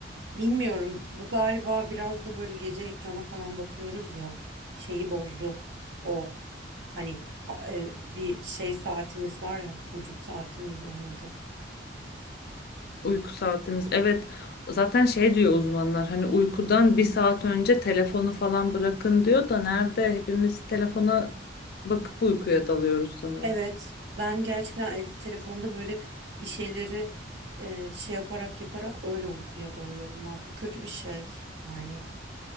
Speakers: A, on the right; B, on the left.
A: Bilmiyorum. Bu galiba biraz da böyle gece ekrana falan bakıyoruz ya. Şeyi bozdu. O hani ha- e, bir şey saatimiz var ya. Vücut saati miydi onun adı?
B: Uyku saatimiz. Evet zaten şey diyor uzmanlar hani uykudan bir saat önce telefonu falan bırakın diyor da nerede hepimiz telefona bakıp uykuya dalıyoruz sanırım.
A: Evet. Ben gerçekten el, telefonda böyle bir şeyleri e, şey yaparak yaparak öyle uykuya dalıyorum. Ha, bu kötü bir şey. Yani